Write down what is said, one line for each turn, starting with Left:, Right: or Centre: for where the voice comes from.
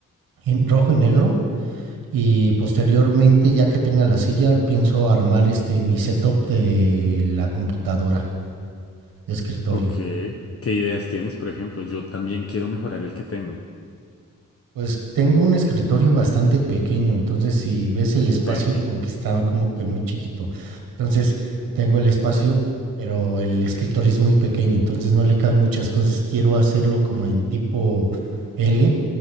Right: en rojo y negro, Y posteriormente, ya que tenga la silla, pienso armar este mi setup de la computadora de escritorio.
Left: Ok. ¿Qué ideas tienes? Por ejemplo, yo también quiero mejorar el que tengo.
Right: Pues tengo un escritorio bastante pequeño, entonces si ves el espacio
Left: Te entiendo.
Right: como que está como que muy chiquito. Entonces tengo el espacio, pero el escritorio es muy pequeño, entonces no le caben muchas cosas. Quiero hacerlo como en tipo L